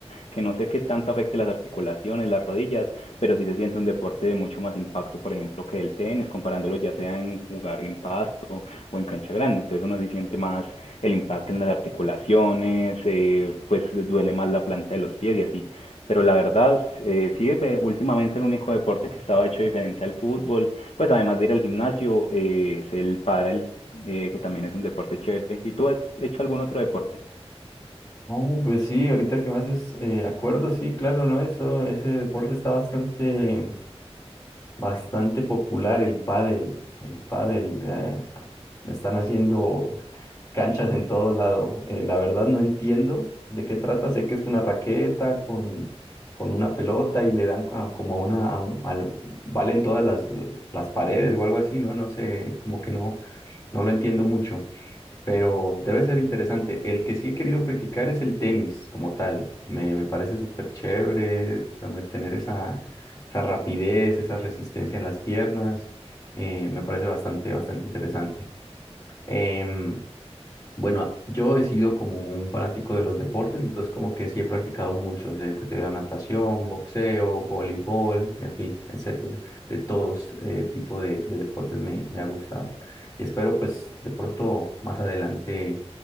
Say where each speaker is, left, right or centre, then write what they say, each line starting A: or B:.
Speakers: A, on the left; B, on the left.
A: que no sé qué tanto afecte las articulaciones, las rodillas, pero sí se siente un deporte de mucho más impacto, por ejemplo, que el tenis, comparándolo ya sea en jugar en pasto o en cancha grande, entonces uno se siente más el impacto en las articulaciones, eh, pues duele más la planta de los pies y así. Pero la verdad, eh, sí, ve- últimamente el único deporte que estaba hecho diferente al fútbol, pues además de ir al gimnasio, eh, es el pádel, eh, que también es un deporte chévere. ¿Y tú has hecho algún otro deporte?
B: Oh, pues sí, ahorita que me haces eh, acuerdo, sí, claro, ¿no? Eso, ese deporte está bastante, bastante popular, el pádel. El pádel, eh, están haciendo canchas en todo lado. Eh, la verdad no entiendo de qué trata. Sé que es una raqueta con, con una pelota y le dan co- como a una, a un- al- valen todas las, las paredes o algo así, ¿no? No sé, como que no, no lo entiendo mucho, pero debe ser interesante. El que sí he querido practicar es el tenis como tal. Me, me parece súper chévere como el tener esa, esa rapidez, esa resistencia en las piernas. Eh, me parece bastante, bastante interesante. Em, bueno, yo he sido como un fanático de los deportes, entonces como que sí he practicado muchos, he practicado natación, boxeo, voleibol, en fin, etcétera. De todos eh, tipo de, de deportes me, me ha gustado. Y espero pues de pronto más adelante